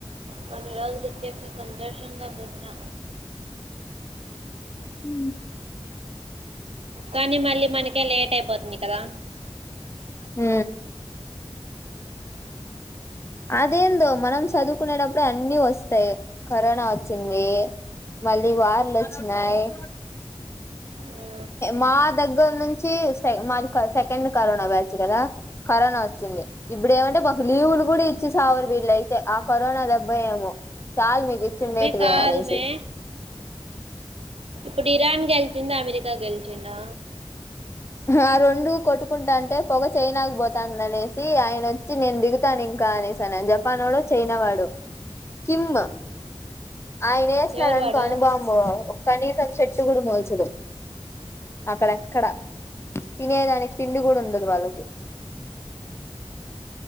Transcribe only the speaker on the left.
ఉ
హ అదేందో మనం చదువుకునేటప్పుడుే అన్నిీ వస్తాయి కరోనా వచ్చింది మళ్ళీ వార్ళ వచ్చినాయి
మా దగ్గర నుంచి మాది సెకండ్ కరోనా బ్యచ్చు కదా కరోనా వచ్చి ఇప్పుడు ఏమంటే మాకు లీవులు కూడా ఇ వచ్చి సావరు వీళ్ళ అయితే ఆ కరోనా దెబ్బ ఏమో చాలుా మిా చిన్నట్
వ యేసయ్
ఆ రొండు కొట్టుకుంటా అంటే పదా చైనాకు పోతాందనేసి ఆయన వచ్చి నేను దిగుతాను ఇంకా జేసాన్ అని జపాన్ వోడు చైనా వోడు కిమ్ ఆయన ఏసినాడునుకో
అనుబాంబు కనీసం చెట్టు కూడా మోల్చదు అక్కడ ఎక్కడ తినే దానికి తిండిగూడ ఉండదు వాళ్ళకి